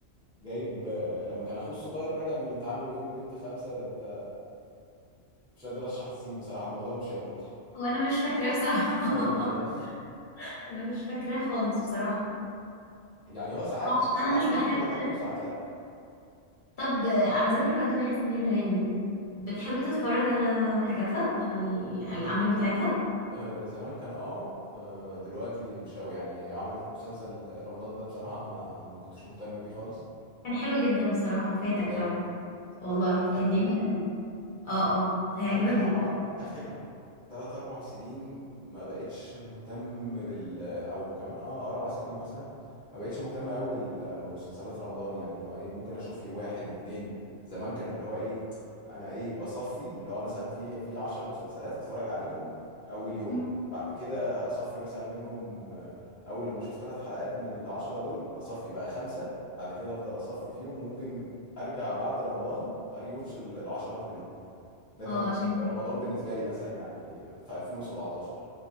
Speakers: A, in the centre; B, on the left.
A: جايب لما كان اخوه الصغير راجع من الامتحان وبيقول له جبت خمسة ده انت مش قادر اشرح السين بصراحة الموضوع مش هيبقى مضحك
B: هو انا مش فاكراه بصراحة
A: ايوه خلاص
B: <laughs> انا مش فاكراه خالص بصراحة
A: يعني هو ساعات
B: اه، عشان
A: ساعات
B: انا مش بحب
A: ممكن يضحكني وساعات لا
B: طب آه، على ذكر بقى دنيا سمير غانم بتحب تتفرج على حاجاتها على ال- الأعمال بتاعتها
A: آه زمان كان اه آه، دلوقتي مش قوي يعني هي عملت مسلسل رمضان ده بصراحة ما ما كنتش مهتم بيه خالص
B: كان حلو جدا بصراحة فاتك
A: بجد
B: فعلا والله
A: يعني
B: كان
A: فاتني
B: جميل
A: يعني
B: قوي اه اه هيعجبك
A: انا بصراحه
B: جدا
A: اخر 3 4 سنين ما بقتش مهتم بال او كمان اه اربع سنين مثلا ما بقتش مهتم قوي بال... بمسلسلات رمضان يعني اللي هو ايه ممكن اشوف لي واحد اتنين زمان كان اللي هو ايه انا ايه بصفي اللي هو مثلا في في 10 مسلسلات اتفرج عليهم اول يوم
B: مم.
A: بعد كده اصفي مثلا منهم آه، اول لما اشوف ثلاث حلقات من العشرة دول اصفي بقى خمسة بعد كده افضل اصفي فيهم وممكن ارجع بعد رمضان اريوتش ال- العشرة كلهم ده كان
B: اه عشان كده
A: رمضان بالنسبه لي مثلا يعني في 2017